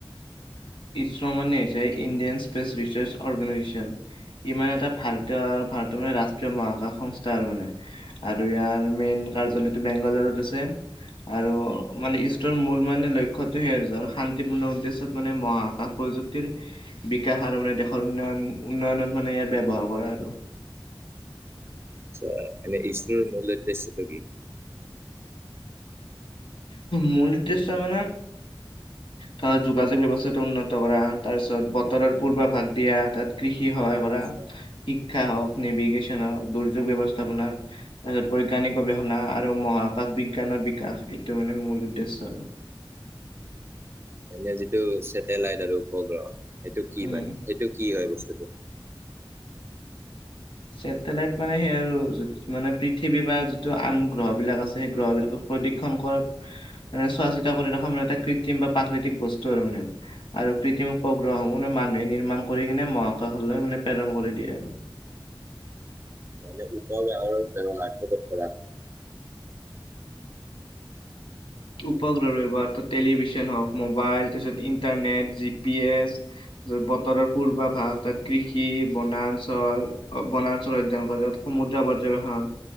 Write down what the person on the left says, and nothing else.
ইছ ৰ' মানে হৈছে ইণ্ডিয়ান স্পেচ ৰিচাৰ্চ অৰ্গেনাইজেচন। ইমান এটা ভাৰতীয় ভাৰতৰ মানে ৰাষ্ট্ৰীয় মহাকাশ সংস্থা আৰু মানে। আৰু ইয়াৰ মেইন কাৰ্যালয়টো বেংগালুৰুত আছে। আৰু
মানে ইষ্টৰ মূল মানে লক্ষ্যটো সেয়া আৰু-আৰু শান্তিপূৰ্ণ উদ্দেশ্য চত মানে মহাকাশ প্ৰযুক্তিৰ বিকাশ আৰু মানে দেশৰ উন্নয়ন উন্নয়নত মানে ইয়াৰ ব্যৱহাৰ কৰা আৰু।
মূল উদ্দেশ্য মানে ধৰা যোগাযোগ ব্যৱস্থাটো উন্নত কৰা তাৰপিছত ব তৰৰ
পূৰ্বা ভাগ দিয়া, তাত কৃষি সহায় কৰা,
শি ক্ষা হওক, নিভিগেশ্যন হওক, দুৰ্যোগ ব্যৱস্থাপনা তাৰপিছত বৈজ্ঞানিক
গৱেষণা। আৰু মহাকাশ বিজ্ঞানৰ বিকাশ এইটো মানে মূল উদ্দেশ্য আৰু।
উম
ছেটেলাইট মানে সেই আৰু মানে পৃথিৱী বা যিটো আন গ্ৰহবিলাক আছে সেই গ্ৰহবিলাকক প্ৰদিক্ষন কৰ মানে চোৱাচিতা কৰি ৰখা মানে এটা কৃত্ৰিম বা প্ৰাকৃতিক বস্তু আৰু মানে। আৰু কৃতিম উপগ্ৰহসমূহ মানে মানুহে নিৰ্মাণ কৰি কিনে মহাকাশলৈ মানে প্ৰেৰণ কৰি দিয়ে আৰু।
উপগ্ৰহৰ ব্যৱহাৰটো টেলিভিছন হওক, মোবাইল তাৰপিছত ইণ্টাৰনেট, জি পি এছ যত বতৰৰ পূৰ্বাভাষ তাত কৃষি, বনাঞ্চল বনাঞ্চল অধ্যয়ন কৰে তাত সমুদ্ৰ পৰ্যবেক্ষণ